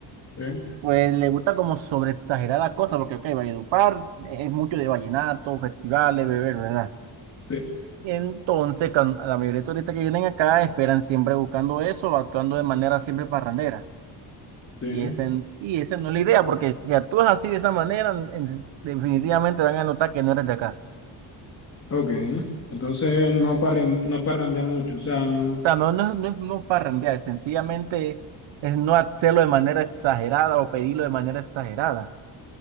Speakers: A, on the left; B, on the right.
A: Sí,
B: pues les gusta como sobre exagerar las cosas, porque, ok, Valledupar es mucho de vallenato, festivales, beber, ¿verdad?
A: sí,
B: Y entonces, can- la mayoría de turistas que vienen acá esperan siempre buscando eso, actuando de manera siempre parrandera.
A: sí.
B: Y esa y esa no es la idea, porque si actúas así de esa manera, en- definitivamente van a notar que no eres de acá.
A: Ok. Entonces, no, parren- no parrandear mucho. O sea, no.
B: sea, no, no, es- no es no parrandear, sencillamente es no hacerlo de manera exagerada o pedirlo de manera exagerada.